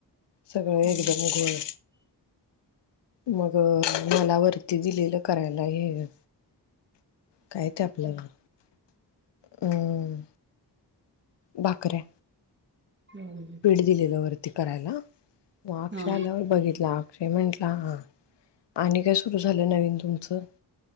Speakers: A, on the left; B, on the right.
A: सगळं
B: मग
A: एकदम घोळ. मग मला वरती दिलेलं करायला हे काय ते आपल्याला अन् भाकऱ्या.
B: हा म
A: पीट दिलेल वरती करायला मग आक्ष्या
B: हा
A: आल्यावर बघितला. अक्षय म्हंटला हा आणि काय सुरू झालं नवीन तुमचं?